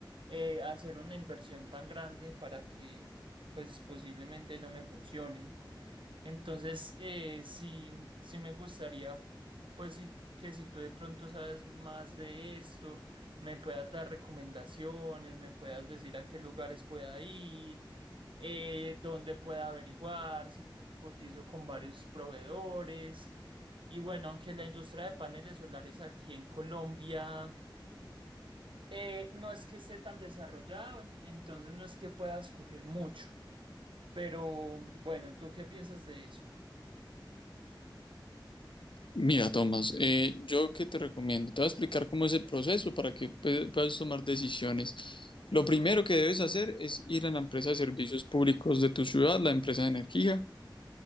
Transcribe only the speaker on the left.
Mira, Tomás, eh, yo qué te recomiendo. Te voy a explicar cómo es el proceso para que pue- puedas tomar decisiones. Lo primero que debes hacer es ir a la empresa de servicios públicos de tu ciudad, la empresa de energía,